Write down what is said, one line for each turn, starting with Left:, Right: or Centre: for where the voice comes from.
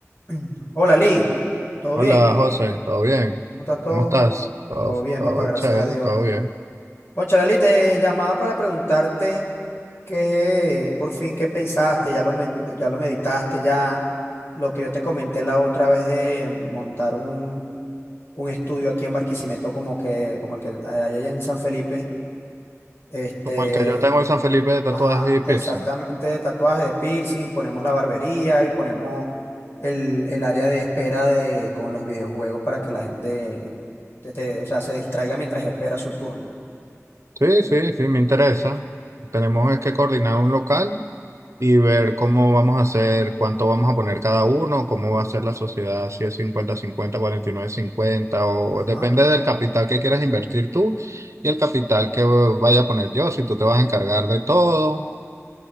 Left: <clears throat> Hola, Lee. ¿Todo
Right: Hola
Left: bien?
Right: José, ¿todo bien?
Left: ¿Cómo está todo?
Right: ¿Cómo estás? Todo,
Left: Todo bien,
Right: todo
Left: papá, gracias
Right: chévere,
Left: a Dios.
Right: todo bien.
Left: Cónchale, Lee, te llamaba para preguntarte qué, por fin, qué pensaste, ya lo, me- ya lo meditaste, ya lo que yo te comenté la otra vez de montar un, un estudio aquí en Barquisimeto, como que, como el que hay allá en San Felipe. Este,
Right: Como el que yo tengo en San Felipe de tatuajes
Left: Ajá,
Right: y piercing.
Left: exactamente, de tatuaje, de piercing, ponemos la barbería y ponemos el, el área de espera de, con los videojuegos para que la gente este, o sea, se distraiga mientras espera su turno.
Right: Sí, sí, sí, me interesa. Tenemos es que coordinar un local y ver cómo vamos a hacer, cuánto vamos a poner cada uno, cómo va a ser la sociedad, si es cincuenta-cincuenta, cuarenta y nueve-cincuenta o
Left: Ajá.
Right: depende del capital que quieras invertir tú y el capital que vaya a poner yo, si tú te vas a encargar de todo